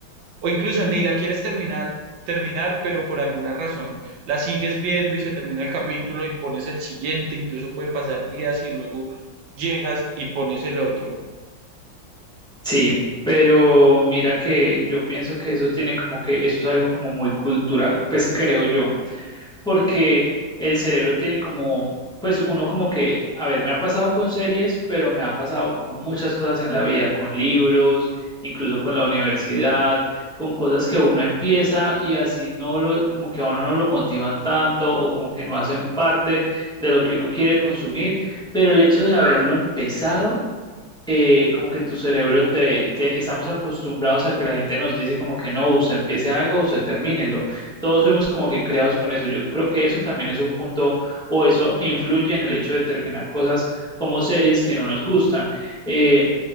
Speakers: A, on the right; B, in the centre.
A: O incluso ni la quieres terminar, terminar, pero por alguna razón la sigues viendo y se termina el capítulo y pones el siguiente, incluso pueden pasar días y luego llegas y pones el otro.
B: Sí, pero mira que yo pienso que eso tiene como que eso es algo como muy cultural, pues creo yo, porque el cerebro tiene como, pues uno como que, a ver, me ha pasado con series, pero me ha pasado con muchas cosas en la vida, con libros, incluso con la universidad, con cosas que uno empieza y así no lo, como que a uno no lo motivan tanto o como que no hacen parte de lo que uno quiere consumir, pero el hecho de haberlo empezado eh, como que tu cerebro te, te- estamos acostumbrados a que la gente nos dice como que no, usted empiece algo, usted termínelo. Todos fuimos como que creados con eso. Yo creo que eso también es un punto o eso influye en el hecho de terminar cosas como series que no nos gustan. Eh,